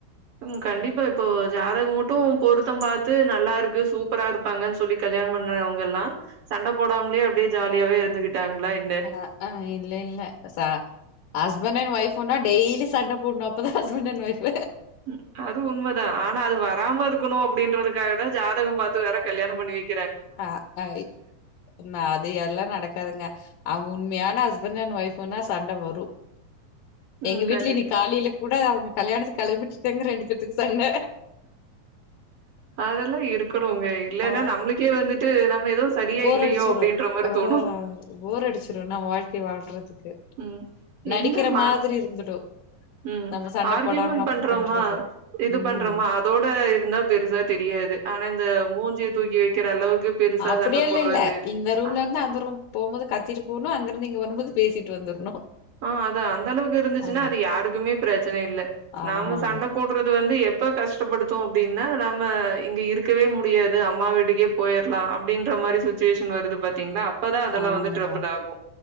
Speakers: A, on the right; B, on the left.
A: ம் கண்டிப்பா இப்போ ஜாதக மட்டு பொருத்த பாத்து நல்லா இருக்கு சூப்பரா இரு ப்பாங்கன்னு சொல்லி கல்யாண பண்ணவங்க எல்லா சண்ட போடாமலயே அப்டியே ஜாலியாவே இருந்துகிட்டாங்களா எ
B: ஆ ஆ இல்ல இல்ல சா ஹபண்ட் அண் ஒய்ஃப்ன்னா டெய்லி சண்ட போட்னு அப்பதா ஹபண்ட் அண் ஒய்ஃப்
A: ம் அது உண்மதா ஆனா அது வராம இருக்குணு அப்டின்றதுக்காக தா ஜாதக பாத்து வேற கல்யாண பண்ணி வக்
B: ஆ ஆய் ன அது எல்லா நடக்காதுங்க அவுங்க உண்மையான ஹஸ்பண்ட் அண்ட் ஒயஃப்ன்னா சண்ட வரு
A: ம்
B: எங்க வீட்டுல
A: கண்டிப்பா.
B: இன்னைக் காலையில கூட அவுங்க கல்யாணத்துக்கு களம்பிட்ருக்காங்க ரெண்டு பேத்துக்கு சண்ட
A: அதெல்லா இருக்கணும்ங்க இல்லன்னா
B: ஆ
A: நம்மளுக்கே வந்துட்டு நம்ம ஏதோ சரியா
B: போர்
A: இல்லையோ
B: அடிச்சிரு
A: அப்டின்ற மாரி
B: ஆ
A: தோணு
B: போர் அடிச்சிரு நம் வாழ்க்கை வாழ்றதுக்கு
A: ம்.
B: நடிக்கிற
A: என்ன ம
B: மாதிரி இருந்துடு
A: ம்
B: நம்ம சண்ட
A: ஆர்கியுமென்ட்
B: போடாம அப்டி
A: பண்றோமா
B: பண்றது
A: இது
B: ம்
A: பண்றோமா அதோட இருந்தா பெருசா தெரியாது ஆனா இந்த மூஞ்சிய தூக்கி வைக்கிற அளவுக்கு பெருசா
B: அப்டியேல்ல
A: சண்ட போடுறது,
B: இல்ல இந்த ரூம்ல
A: அ
B: இருந்து அந்த ரூம் போமோது கத்திட்டு போணு அங்கிருந்து இங்க வருபோது பேசிட்டு வந்துர்ணு
A: ஆ அதா அந்த அளவுக்கு இருந்துச்சுன்னா
B: ஆமா
A: அது யாருக்குமே ப்ரச்சன இல்ல
B: ஆமாங்க
A: நாம சண்ட போட் டுறது வந்து எப்ப கஷ்டப்படுத்து அப்டின்னு நம்ம இங்க இருக்கவே முடியாது அம்மா வீட்டுக்கே போய்ரலா அப்டின்ற மாரி சுச்சுவேஷன் வருது பாத்தீங்களா அப்பதா அதெல்லா
B: ஆமாங்க
A: வந்து ட்ரபுள் ஆகு